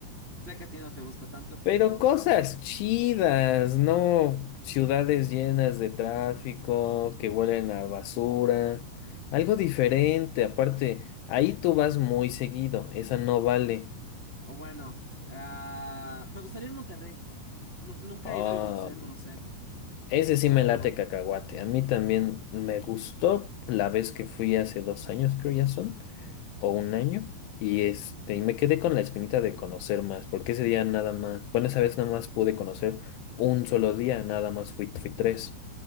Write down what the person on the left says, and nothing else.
Pero
cosas chidas, no ciudades llenas de tráfico, que huelen a basura, algo diferente. Aparte, ahí tú vas muy seguido, esa no vale.
Ah,
Mm.
ese sí
me late cacahuate. A mí también me gustó la vez que fui hace dos años, creo ya son. o un año y este y me quedé con la espinita de conocer más, porque ese día nada más, bueno, esa vez nada más pude conocer un solo día, nada más fui, fui tres.